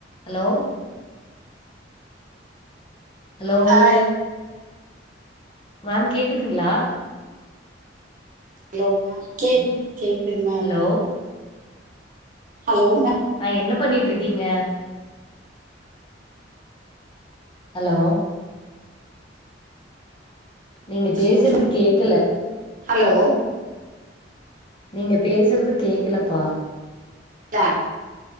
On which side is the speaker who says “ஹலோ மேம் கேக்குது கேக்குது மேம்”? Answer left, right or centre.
Right